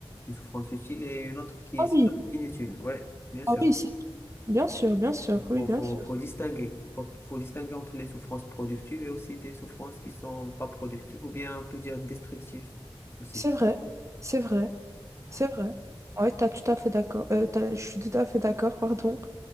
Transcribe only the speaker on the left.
Une souffrance utile et une autre qui
est
inutile. Oui, bien sûr.
Faut,
faut,
faut distinguer. Faut, faut distinguer entre les souffrances productives et aussi des souffrances qui sont pas productives ou bien on peut dire destructives aussi.